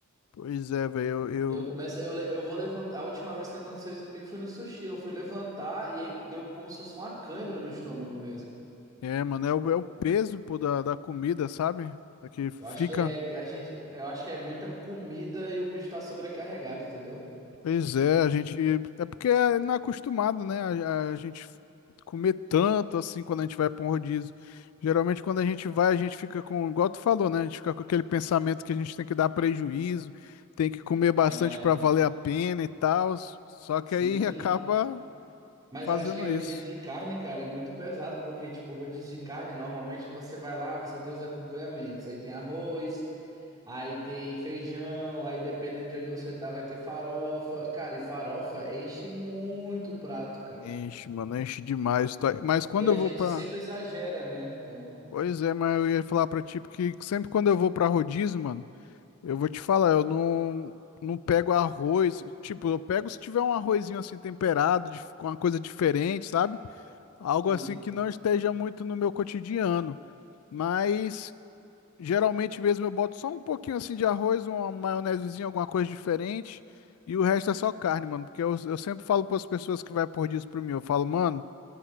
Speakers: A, on the left; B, on the right.
A: Pois é, velho, eu,
B: Eu começo,
A: eu-
B: eu, le- eu vou levantar. A última vez que aconteceu isso comigo foi no sushi. Eu fui levantar e aí deu como se fosse uma cãibra no estômago mesmo.
A: É, mano, é o, é o peso, pô, da, da comida, sabe? É que fica.
B: Eu acho que é a gente, eu acho que é muita comida e o bicho tá sobrecarregado, entendeu?
A: Pois é, a gente. É porque é não é acostumado, né? A, a gente comer tanto assim quando a gente vai para um rodízio. Geralmente, quando a gente vai, a gente fica com, igual tu falou, né? A gente fica com aquele pensamento que a gente tem que dar prejuízo, tem que comer bastante
B: É,
A: para valer a pena e tal. Só que
B: sim.
A: aí <laughs> acaba
B: Mas
A: fazendo
B: eu acho que o
A: isso.
B: rodízio de carne, cara, é muito pesado, porque, tipo, rodízio de carne, normalmente você vai lá, você tem os acompanhamentos. Aí tem arroz, aí tem feijão, aí dependendo de onde você tá, vai ter farofa. Cara, e farofa enche muito o prato, cara.
A: Enche, mano, enche demais. Tô- Mas quando
B: E a
A: eu vou
B: gente
A: para.
B: sempre exagera, né? Então,
A: Pois é, mas eu ia falar pra ti, porque sempre quando eu vou pra rodízio, mano. Eu vou te falar, eu não, não pego arroz. Tipo, eu pego se tiver um arrozinho assim temperado, dif- com uma coisa diferente, sabe? Algo
B: sim.
A: assim que não esteja muito no meu cotidiano. Mas geralmente mesmo eu boto só um pouquinho assim de arroz, uma maionesezinha, alguma coisa diferente. E o resto é só carne, mano. Porque eu, eu sempre falo para as pessoas que vai por disso para mim. Eu falo, mano,